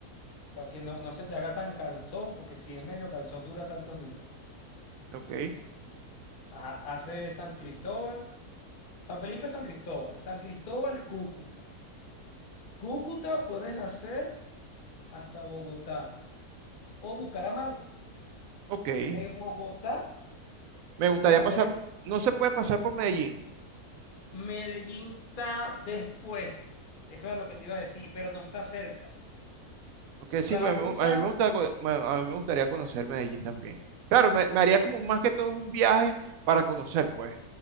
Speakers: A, on the left (about 40°); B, on the right (about 70°).
A: para que no, no se te haga tan cansón, porque si es medio cansón, dura tantos días.
B: Ok,
A: Ajá, hace San Cristóbal, San Felipe, San Cristóbal, San Cristóbal, Cúcuta. Cúcuta puedes hacer hasta Bogotá o Bucaramanga.
B: ok.
A: De Bogotá
B: Me gustaría
A: puedes hacer
B: pasar,
A: el-
B: no se puede pasar por Medellín.
A: Medellín está después. Eso es lo que te iba a decir, pero no está cerca.
B: Ok,
A: O
B: sí,
A: sea,
B: pero
A: la
B: a
A: ruta
B: mí, a mí me gusta, co- me- a mí me gustaría conocer Medellín también. Claro, me, me haría como más que todo un viaje para conocer, pues.